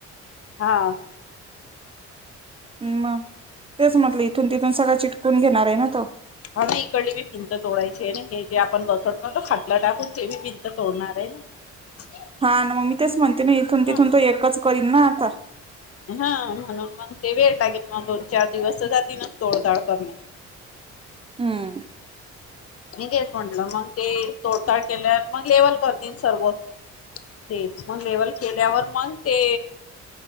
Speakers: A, on the left (about 50°); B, on the right (about 20°).
A: हा
B: ह् म तेच म्हटलं इथून तिथून सगळं चिटकून घेणार आहे ना तो
A: ह म इकडली बी भिंत तोडायची आहे हे जे आपण बसवत नात खाटला टाकून ती पिंच तोडणार आहे ना
B: हा मग मी तेच म्हणते ना इथून तिथून
A: हा
B: त एकच करीन ना आता
A: हा म्हणून मग ते वेळ लागेल मग दोन चार दिवस जातील ना तोडताड करणे
B: हम्म
A: मी तेच म्हटलं मग ते तोडताड केले मग लेवल करतील सर्व ते लेवल केल्यावर मन ते